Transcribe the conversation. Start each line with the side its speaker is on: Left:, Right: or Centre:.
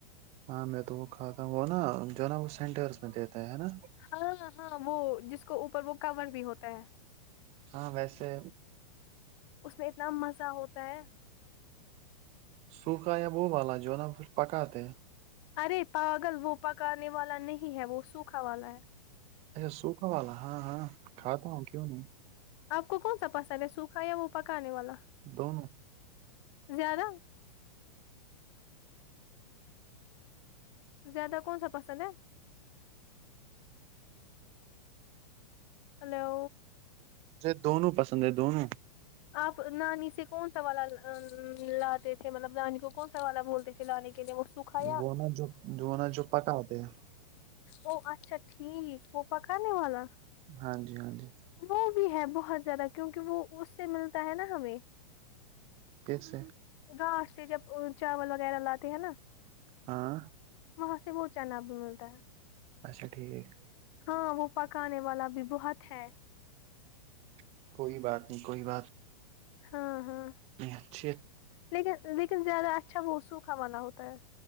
Right: ہاں میں تو وہ کھاتا تھا وہ نا جو نا وہ سینٹرس میں دیتا ہے نا
Left: ہاںاں ہاں وہ جس کو اوپر وہ کور بھی ہوتا ہے
Right: ہاں ویسے
Left: اس میں اتنا مزہ ہوتا ہے
Right: سوکھا یا وہ والا جو ہے نا پھر پکاتے
Left: ارے پاگل وہ پکانے والا نہیں ہے وہ سوکھا والا ہے
Right: اچھا سوکھا والا ہاں ہاں کھاتا ہوں کیوں نہیں
Left: آپ کو کون سا پسند ہے سوکھا یا وہ پکانے والا
Right: دونوں
Left: زیادہ زیادہ کون سا پسند ہے ہیلو
Right: مجھے دونوں پسند ہے دونوں
Left: آپ نانی سے کون سا والا لاتے تھے مطلب نانی کو کون سا والا بولتے تھے لانے کے لیے وہ سکھایا
Right: وہ نا جو وہ نا جو پکا ہوتے ہیں
Left: او اچھا ٹھیک وہ پاکنے والا
Right: ہاں جی ہاں جی
Left: وہ بھی ہے بہت زیادہ کیونکہ وہ اس سے ملتا ہے نا ہمیں
Right: کس سے
Left: گاٹ سے جب چاول وغیرہ لاتے ہیں نا
Right: ہاں
Left: وہاں سے وہ چنا بھی ملتا ہے
Right: اچھا ٹھیک
Left: ہاں وہ پکانے والا بھی بہت ہے
Right: کوئی بات نہیں کوئی بات
Left: ہاں ہاں
Right: <unintelligible>
Left: لیکن لیکن زیادہ اچھا وہ سوکھا والا ہوتا ہے